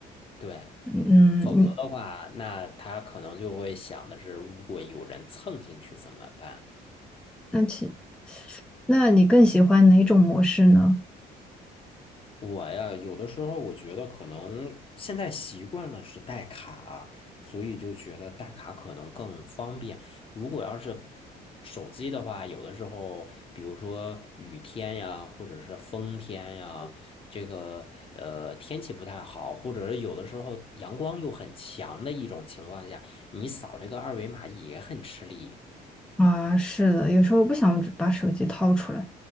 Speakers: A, on the left; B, in the centre.
A: 对，
B: 嗯，
A: 否则的话，
B: 你
A: 那他可能就会想的是，如果有人蹭进去怎么办？
B: 那其那你更喜欢哪种模式呢？
A: 我呀，有的时候我觉得可能现在习惯了是带卡啊，所以就觉得带卡可能更方便。如果要是手机的话，有的时候，比如说雨天呀，或者是风天呀，这个呃天气不太好，或者是有的时候阳光又很强的一种情况下，你扫这个二维码也很吃力。
B: 啊，是的，有时候我不想把手机掏出来。